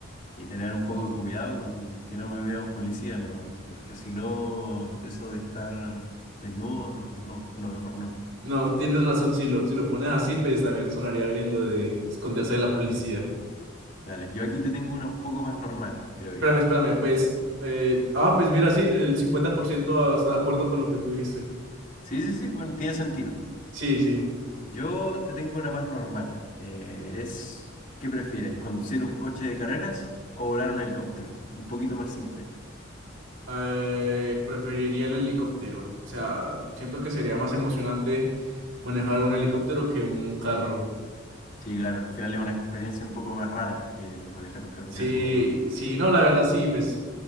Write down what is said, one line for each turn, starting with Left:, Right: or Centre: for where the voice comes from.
Left: y tener un poco de cuidado con que no me vea un policía nomás, porque si no, eso de estar desnudo, no, no, no, mejor no.
Right: No, tienes razón, si lo, si lo pones así, pues también sonaría bien lo de esconderse de la policía.
Left: Dale, yo aquí te tengo una un poco más normal, creo
Right: Espérame,
Left: yo.
Right: espérame, pues, eh, ah, pues mira, sí, el 50% está de acuerdo con lo que tú dijiste.
Left: Sí, sí, sí, bueno, tiene sentido.
Right: Sí, sí.
Left: Yo te tengo una más normal. Eh, es, ¿qué prefieres? ¿Conducir un coche de carreras o volar un helicóptero? Un poquito más simple esto.
Right: Eh, preferiría el helicóptero. O sea, siento que sería
Left: Pero,
Right: más emocionante manejar un helicóptero que un carro.
Left: sí, claro. Al final es una experiencia un poco más rara que manejar un carro
Right: Sí,
Left: que algo medio.
Right: sí, no, la verdad sí, pues